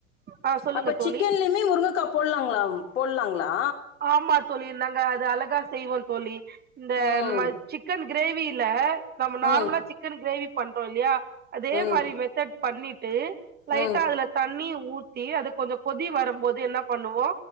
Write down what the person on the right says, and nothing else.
ஆ சொல்லுங்க
தோழி
ஆமா தோழி நாங்க அது அழகா செய்வோ தோழி இந்த
நம்ம சிக்கன் கிரேவில நம்ம நார்மலா
சிக்கன் கிரேவி பண்றோ இல்லியா அதே
மாரி மெத்தட் பண்ணிட்டு லைட்டா
அதுல தண்ணி ஊத்தி அது கொஞ்சோ கொதி வரும்போது என்ன பண்ணுவோ